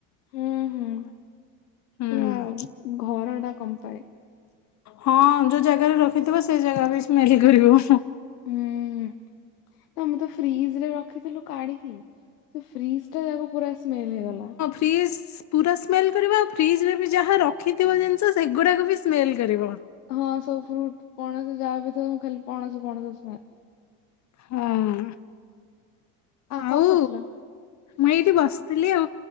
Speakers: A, on the left (about 80°); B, on the left (about 40°).
A: ହୁଁ ହୁଁ
B: ହୁଁ।
A: ପୁରା ଘର ଟା କମ୍ପାଏ।
B: ହଁ ଯୋଉ ଜାଗାରେ ରଖିଥିବ ସେଇ ଜାଗା ବି ସ୍ମେଲ କରିବ।
A: ହୁଁ ଆଉ ମୁଁ ତ ଫ୍ରିଜ ରେ ରଖିଥିଲୁ କାଢିକି। ସେ ଫ୍ରିଜ ଟା ଯାକ ପୁରା ସ୍ମେଲ ହେଇଗଲା।
B: ଫ୍ରିଜ୍ ପୁରା ସ୍ମେଲ୍ କରିବ ଆଉ ଫ୍ରିଜରେ ବି ଯାହା ରଖିଥିବ ଜିନିଷ ସେଗୁଡ଼ାକ ବି ସ୍ମେଲ୍ କରିବ।
A: ହଁ ସବୁ ଫ୍ରୁଟ ପଣସ ଯାହା ବି ଥିବ ଖାଲି ପଣସ ପଣସ ସ୍ମେଲ।
B: ହଁ ଆଉ।
A: କଣ କରୁଥିଲ?
B: ମୁଁ ଏଇଠି ବସିଥିଲି ଆଉ